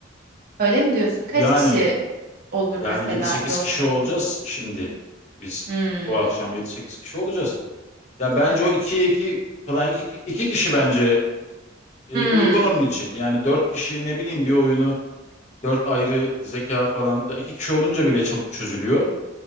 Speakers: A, on the right (about 50°); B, on the left (about 35°).
A: Öyle mi diyorsun? Kaç
B: Yani
A: kişi olur
B: yani
A: mesela
B: yedi sekiz
A: iyi olur
B: kişi
A: onda?
B: olacağız şimdi. Biz
A: Hmm.
B: o akşam yedi sekiz kişi olacağız. Ya bence
A: Evet.
B: o 2'ye 2 falan 2 2 kişi bence e,
A: Hmm.
B: uygun onun için. Yani 4 kişi ne bileyim bir oyunu 4 ayrı zeka falan. Ya 2 kişi olunca bile çabuk çözülüyor.